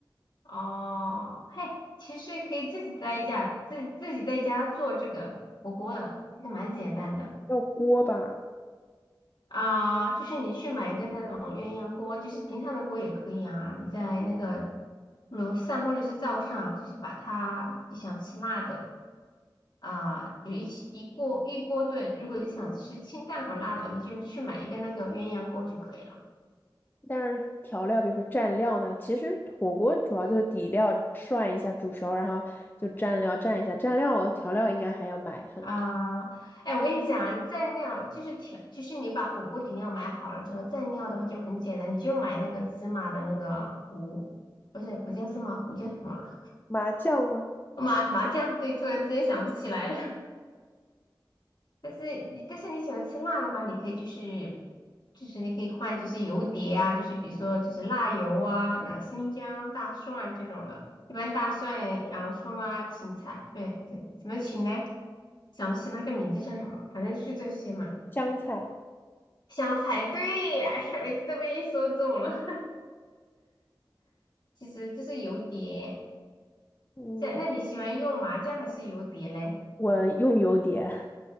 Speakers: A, on the left; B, on the left.
A: 哦，嘿，其实可以自己在家自自己在家做这个火锅的，其实蛮简单的。
B: <laughs> 叫锅吧？
A: 啊，就是你去买一个那种鸳鸯锅，就是平常的锅也可以啊。你在那个楼上或者是灶上，就是把它你想吃辣的啊，就一起一锅一锅炖。如果你想吃清淡和辣的，你就去买一个那个鸳鸯锅就可以了
B: 但是调料，比如说蘸料呢，其实火锅主要就是底料涮一下煮熟，然后就蘸料蘸一下，蘸料调料应该还要买很多，
A: 啊。哎，我跟你讲，蘸料就是调，就是你把火锅底料买好了之后，蘸料的话就很简单，你就买那个芝麻的那个糊，不是不叫芝麻糊，叫什么？
B: 麻酱吗？
A: 麻麻酱？对，突然之间想不起来了。但是你但是你喜欢吃辣的话，你可以就是就是你可以换就是油碟啊，就是比如说就是辣油啊，那生姜、大蒜这种的。一般大蒜、洋葱啊、芹菜，对，对，什么芹呢？想不起那个名字叫什么，反正就是这些嘛。
B: 香菜，
A: 香菜，对呀，哎呀，每次都被你说中了。<laughs> 其实这是油碟，
B: 嗯，
A: 这那你喜欢用麻酱还是油碟嘞？
B: 我用油碟。<laughs>